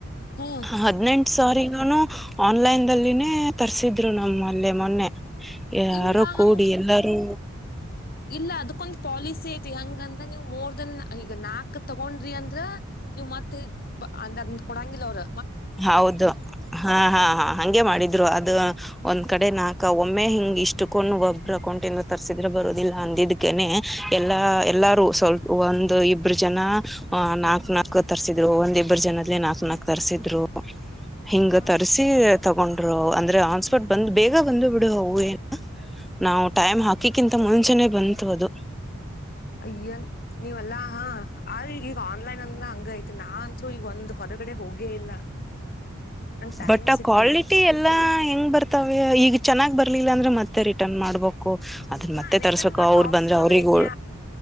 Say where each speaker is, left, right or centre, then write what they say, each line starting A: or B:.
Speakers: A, on the left (about 45°); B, in the centre.
A: ಹ್ಮ್
B: ಹದಿನಂಟು ಸಾರಿ ನನು ಆನ್ಲೈನ್ಲ್ಲಿನೇ ತರ್ಸಿದ್ರು ನಮ್ಮಲ್ಲೆ ಮೊನ್ನೆ ಯಾರು
A: ಇಲ್ಲ
B: ಕೂಡಿ
A: ಹಂಗ್
B: ಎಲ್ಲಾರೂ
A: ಇಲ್ಲ ಅದಕ್ಕೊಂದ್ ಪಾಲಿಸಿ ಐತಿ ಹಂಗಂದ್ರ ನೀವು ಮೋರ್ ದನ್ ಈಗ ನಾಕ್ ತಗೊಂಡ್ರಿ ಅಂದ್ರ ನೀವು್ ಮತ್ೆ ಅಂದ ಅಂದ ಕೊಡಂಗಿಲ್ಲ ಅವರು
B: ಹೌದು ಹಾ ಹಾ ಹಾ ಹಗೆ ಮಾಡಿದ್ರು ಅದು ಒಂದ್ ಕಡೆ ನಾಕು ಒಮ್ಮೆ ಹಿಂಗ ಇಷ್ಟಕೊಂಡ್ ಒಬ್ರ ಅಕೌಂಟಿಂದ ತರ್ಸಿದ್ರೆ ಬರದಿಲ್ಲ ಅಂದಿದ್ಗನೆ ಎಲ್ಲಾ ಎ ಎಲ್ಲೂ ಸ್ವಲ್ಪ ಒಂದು ಇಬ್ಬರು ಜನ ನಾಕ ನಾಕು ತರ್ಸಿದ್ರು ಒಂದ ಇಬ್ಬರು ಜನದ ನಾಕಕ್ ನಾಕು ತರ್ಸಿದ್ರು ಹಿಂಗ
A: ಹ್ಮ್
B: ತಸಿ ತಗೊಂಡ್ರು ಅಂದ್ರೆ ಟ್ ಬಂದ್ ಬೇಗ ಬಂದು ಬಿಡು ಅವು ಏನು ನಾವು ಟೈಮ್ ಹಾಕಿಕಿಂತ ಮುಂಚೆಾನನೆ ಬಂತು ಅದು
A: ಅಯ್ಯನ್ ನೀವಲ್ಲಾ ಹಾ ಆ ಈಗ ಆನ್ಲೈನ್ ಅಂದ ಹಂಗ ಐತಿ ನಾತ್ೂ ಈಗ ಒಂದ್ ಹೊರಗಡೆ ಹೋಗೇ ಇಲ್ಲ ನಂಗ್ ಟೈಮು
B: ಬಟ್ ಆ
A: ಸಿಕ್ಕಿಲ್ಲ
B: ಕ್ವಾಲಿಟಿ ಎಲ್ಲಾ ಹೆಂಗ್ ಬರ್ತಾವ ಈಗ ಚೆನ್ನಾಗ್ ಬರ್ಲಿಲ್ಲ ಅಂದ್ರೆ ಮತ್ತೆ ರಿಟರ್ನ್ ಮಾಡ್ಬೇಕು ಅದನ್ನ
A: ಹಾ
B: ಮತ್ತೆ
A: ರಿಟರ್ನ್
B: ತರ್ಸ್ಬೇಕು
A: ಮಾಡುವ
B: ಅವ್ರು
A: ಆಪ್ಷನ್
B: ಬಂದ್ರೆ ಅವ್ರಿಗ
A: ಒಂದ ಐತ್ಲ